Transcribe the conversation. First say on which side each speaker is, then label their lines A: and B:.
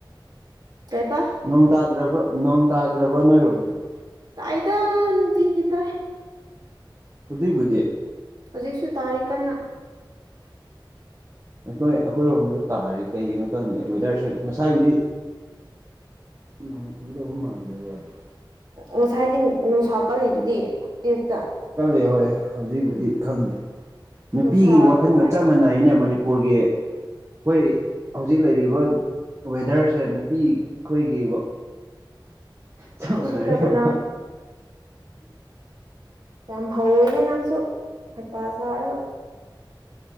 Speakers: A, on the right; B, on the right.
A: ꯀꯩꯕ
B: ꯅꯣꯡ ꯇꯥꯗ꯭ꯔꯕ꯭ꯔꯣ ꯅꯣꯡ ꯇꯥꯗ꯭ꯔꯕꯣ ꯅꯣꯏꯔꯣꯝꯗꯗꯤ
A: ꯇꯥꯏꯗ ꯅꯨꯡꯇꯤꯒꯤ ꯇꯥꯏ
B: ꯍꯧꯖꯤꯛꯕꯨꯗꯤ
A: ꯍꯧꯖꯤꯛꯁꯨ ꯇꯥꯔꯤ ꯀꯟꯅ
B: ꯑꯩꯈꯣꯏ ꯑꯩꯈꯣꯏꯔꯣꯝꯗ ꯇꯥꯔꯤ ꯀꯩꯒꯤꯅꯣ ꯈꯪꯗꯦ ꯋꯦꯗꯔꯁꯦ ꯉꯁꯥꯏꯕꯨꯗꯤ ꯅꯣꯡ ꯆꯨꯒꯗꯕ ꯃꯥꯟꯗꯦ ꯋꯥꯗꯤ
A: ꯉꯁꯥꯏꯗꯤ ꯅꯨꯡꯁꯥ ꯀꯜꯂꯤꯗꯨꯗꯤ ꯑꯌꯨꯛꯇ
B: ꯀꯜꯂꯦ ꯍꯣꯏ ꯍꯧꯖꯤꯛꯕꯨꯗꯤ ꯈꯪꯗꯦ ꯅꯨꯄꯤꯒꯤ
A: ꯅꯨꯡꯁꯥ
B: ꯋꯥꯈꯜꯒ
A: ꯁꯥꯏ
B: ꯆꯞ ꯃꯥꯟꯅꯩꯅꯦ ꯃꯅꯤꯄꯔ ꯄꯨꯔꯒꯤ ꯑꯩꯈꯣꯏ ꯍꯧꯖꯤꯛ ꯂꯩꯔꯤꯕ ꯋꯦꯗꯔꯁꯦ ꯅꯨꯄꯤ ꯑꯩꯈꯣꯏꯒꯤ ꯆꯞ
A: ꯎꯁꯤꯠꯇꯕ
B: ꯃꯅꯩꯌꯦꯕ
A: ꯅꯪ ꯌꯥꯝ ꯍꯧꯋꯦꯍꯦ ꯅꯪꯁꯨ ꯍꯩꯄꯥ ꯁꯥꯔꯒ